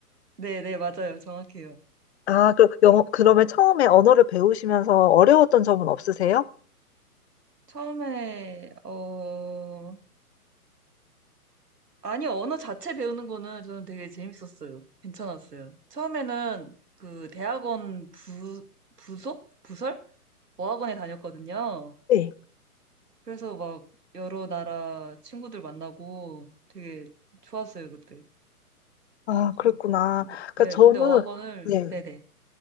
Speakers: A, on the right; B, on the left.
A: 네, 네, 맞아요. 정확해요.
B: 아, 그, 영어, 그러면 처음에 언어를 배우시면서 어려웠던 점은 없으세요?
A: 처음에 어 아니 언어 자체 배우는 거는 저는 되게 재밌었어요. 괜찮았어요. 처음에는 그 대학원 부 부속 부설 어학원에 다녔거든요.
B: 네.
A: 그래서 막 여러 나라 친구들 만나고 되게 좋았어요, 그때.
B: 아, 그랬구나.
A: 근데,
B: 그러니까
A: 네,
B: 저는,
A: 근데 어학원을,
B: 네,
A: 네네.